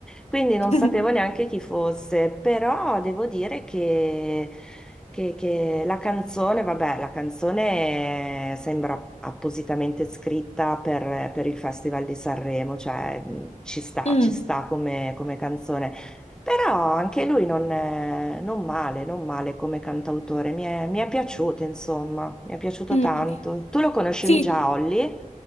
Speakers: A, in the centre; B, on the left.
A: Quindi non
B: <laughs>
A: sapevo neanche chi fosse, però devo dire che... Che, che la canzone, vabbè, la canzone sembra appositamente scritta per, per il Festival di Sanremo, cioè mh, ci sta,
B: Mm,
A: ci sta come, come canzone. Però anche lui non, è- non male, non male come cantautore, mi è, mi è piaciuto, insomma, mi è piaciuto
B: mm.
A: tanto. Tu lo conoscevi
B: Sì,
A: già, Olly?